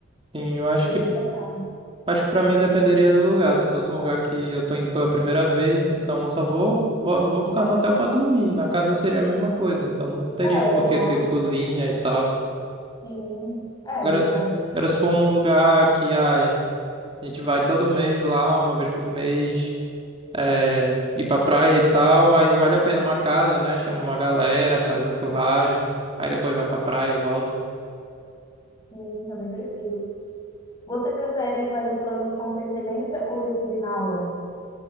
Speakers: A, on the right; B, on the left.
A: Sim, eu acho
B: depende
A: que,
B: da casa.
A: acho que pra mim dependeria do lugar. Se fosse um lugar que eu tô indo pela primeira vez, então eu só vou, vou, vou ficar no hotel pra dormir. Na casa seria a mesma coisa, então não teria
B: É,
A: por
B: aham,
A: que ter cozinha e tal.
B: sim, é
A: Agora,
B: verdade.
A: agora se for um lugar que ai, a gente vai todo mês lá, uma vez por mês, é, ir pra praia e tal, aí vale a pena uma casa, né? Chama uma galera, faz um churrasco, aí depois vai pra praia, volta.
B: Sim, também prefiro. Você prefere fazer planos com antecedência ou decidir na hora?